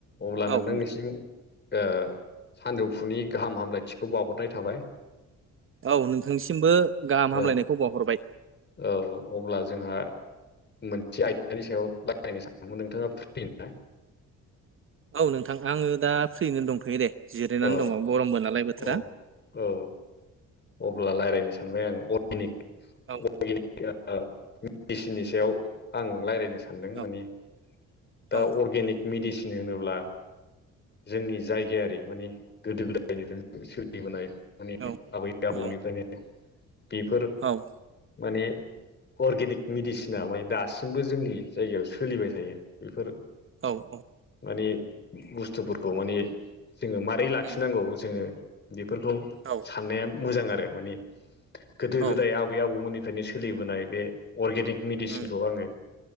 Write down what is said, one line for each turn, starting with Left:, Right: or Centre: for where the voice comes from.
Left: अब्ला
Right: औ
Left: नोंथांनिसिम
Right: नोंथां
Left: ओ सानजौफुनि गाहाम हामलायथिखौ बावहरनाय थाबाय।
Right: औ नोंथांनिसिमबो गाहाम
Left: औ
Right: हामलायनायखौ बावहरबाय।
Left: औ अब्ला जोंहा मोनसे आयदानि सायाव <unintelligible> नोंथाङा फ्रि ना?
Right: औ नोंथां आङो दा फ्रियैनो दंथयो दे जिरायनानै
Left: औ
Right: दङ गरमबो नालाय बोथोरा।
Left: औ औ अब्ला रायज्लायनो सानबाय आङो अर्गेनिक
Right: औ
Left: <unintelligible> मेडिसिननि सायाव आं रायज्लायनो सानदों माने
Right: औ
Left: दा
Right: औ
Left: अर्गेनिक मेडिसिन होनोब्ला जोंनि जायगायारि माने गोदो गोदायनिफ्राय सोलिबोनाय माने
Right: औ
Left: आबै आबौनिफ्रायनो
Right: औ
Left: बेफोर
Right: औ
Left: माने अर्गेनिक मेडिसिना माने दासिमबो जोंनि जायगायाव सोलिबाय थायो। बेफोर
Right: औ औ।
Left: माने बुस्थुफोरखौ माने जोंङो मारै लाखिनांगौ
Right: उम
Left: जोंङो बेफोरखौ
Right: औ
Left: साननाया मोजां आरो माने गोदो
Right: औ
Left: गोदाय आब बै आबौमोननिफ्रायनो सोलिबोनाय बे अर्गेनिक मेडिसिनखौ
Right: उम
Left: आङो